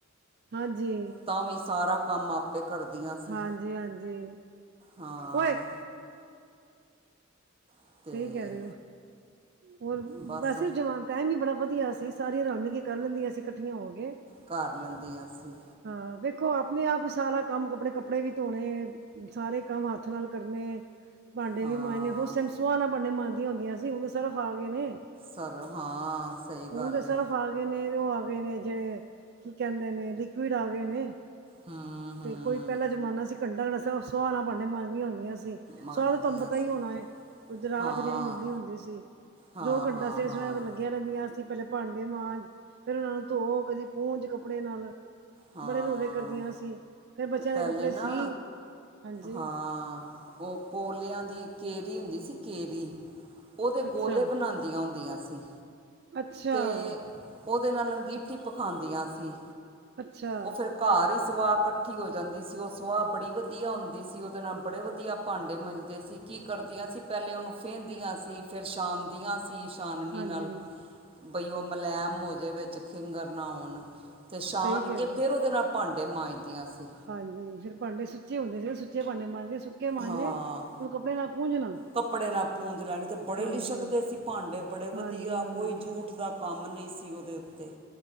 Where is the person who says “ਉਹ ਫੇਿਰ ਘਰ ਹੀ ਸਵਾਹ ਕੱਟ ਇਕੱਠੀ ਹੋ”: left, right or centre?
Right